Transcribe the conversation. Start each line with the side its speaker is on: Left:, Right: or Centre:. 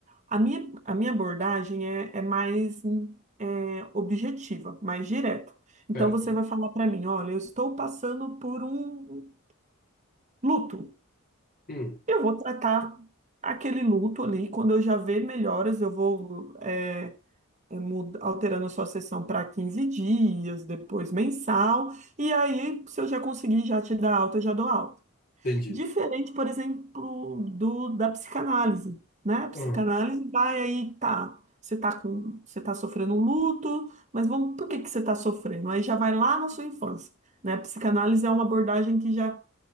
Right: A minha, a minha abordagem é, é mais hum, é, objetiva, mais direta. Então
Left: certo.
Right: você vai falar para mim, olha, eu estou passando por um luto.
Left: Hum,
Right: Eu vou tratar aquele luto ali, quando eu já ver melhoras, eu vou é, é, muda- alterando sua sessão para 15 dias, depois mensal, e aí, se eu já conseguir já te dar alta, eu já dou alta.
Left: entendi.
Right: Diferente, por exemplo, do da psicanálise, né? A psicanálise
Left: Ah,
Right: vai aí, tá. Você tá com, você tá sofrendo um luto, mas vamos, por que que você tá sofrendo? Aí já vai lá na sua infância, né? A psicanálise é uma abordagem que já,